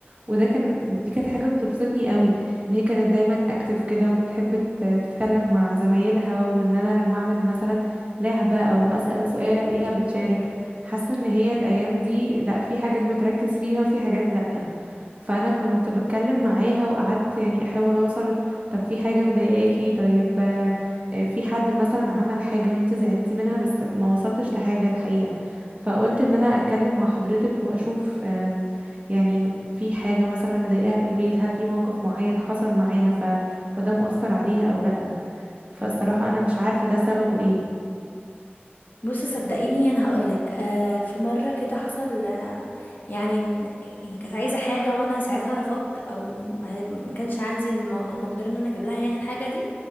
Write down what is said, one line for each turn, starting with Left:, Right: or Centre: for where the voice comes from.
Right: وده كان دي كانت حاجة بتبسطني قوي ان هي كانت دايما اكتف كده وبتحب ت- تتكلم مع زمايلها وان انا لما اعمل مثلا لعبة او اسأل سؤال الاقيها بتشارك حاسة ان هي الايام دي لا في حاجات بتركز فيها وفي حاجات لا فانا كنت بتكلم معاها وقعدت يعني احاول اوصل طب في حاجه مضايقاكي طيب آه، آه، في حد مثلا عمل حاجه وانت زعلتي منها بس ما وصلتش لحاجه الحقيقه فقلت ان انا اتكلم مع حضرتك واشوف آم، يعني في حاجه مثلا مضايقاها في البيت هل في موقف معين حصل معاها ف... فده مأثر عليها او لا فالصراحه انا مش عارفه ده سببه ايه
Left: بصي صدقيني انا هقولك آه في مره كده حصل آه يعني إن- يعني كانت عايزه حاجه وانا ساعتها رفضت او ما ما كانش عندي الم- المقدره ان انا اجيب لها يعني الحاجه دي